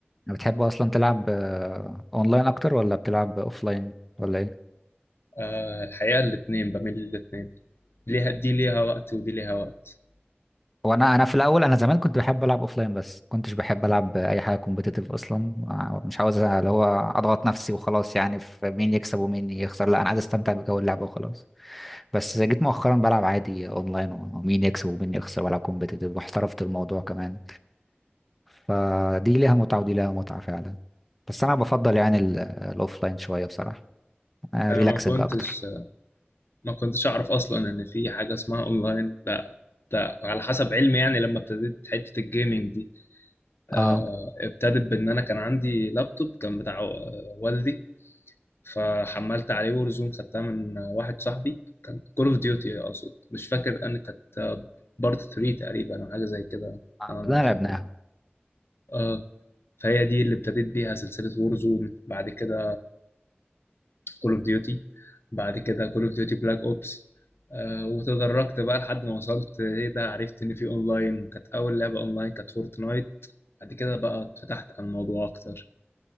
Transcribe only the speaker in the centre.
بتحب اصلا تلعب آه، اونلاين اكتر ولا بتلعب اوفلاين ولا ايه
هو انا انا في الاول انا زمان كنت بحب العب اوفلاين بس كنتش بحب العب اي حاجه كومبيتيتيف اصلا آه، مش عاوز اللي هو اضغط نفسي وخلاص يعني في مين يكسب ومين يخسر لا انا عايز استمتع بجو اللعبه وخلاص بس جيت مؤخرا بلعب عادي اونلاين ومين يكسب ومين يخسر بلعب كومبيتيتيف واحترفت الموضوع كمان فدي ليها متعه ودي ليها متعه فعلا بس انا بفضل يعني الاوفلاين شويه بصراحه ريلاكسنج
اكتر
اه
آه،
كلنا لعبناها